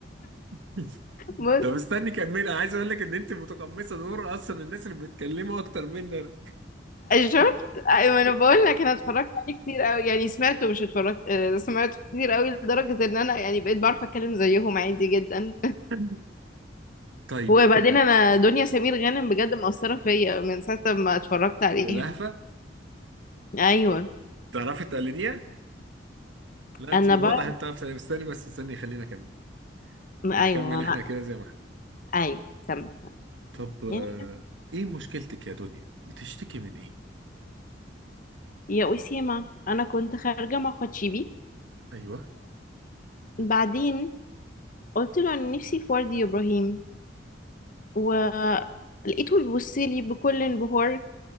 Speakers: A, on the right; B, on the left.
A: <laughs>
B: بص
A: طب استني كملي عايز اقول لك ان انت متقمصة دور اصلا الناس اللي بيتكلموا اكتر مني انا
B: شفت أيوة أنا بقول لك أنا اتفرجت عليه كتير أوي يعني سمعته مش اتفرجت آه، سمعته كتير أوي لدرجة إن أنا يعني بقيت بعرف أتكلم زيهم عادي جدا
A: <laughs> <laughs> طيب
B: وبعدين انا دنيا سمير غانم بجد مأثرة فيا من ساعة ما اتفرجت عليها
A: باللهفة
B: ايوه
A: تعرفي تقلديها لا انت
B: انا
A: واضح
B: بقى
A: انت عارفه يعني استني بس استني خلينا كمل نكمل
B: ايوه انا
A: احنا كده زي ما احنا
B: ايوه تمام
A: طب آه،
B: يعني
A: ايه مشكلتك يا دنيا بتشتكي من ايه
B: يا أسيما انا كنت خارجة مع خدشيبي
A: ايوه
B: وبعدين قلت له انا نفسي في ورد يا ابراهيم ولقيته بيبص لي بكل انبهار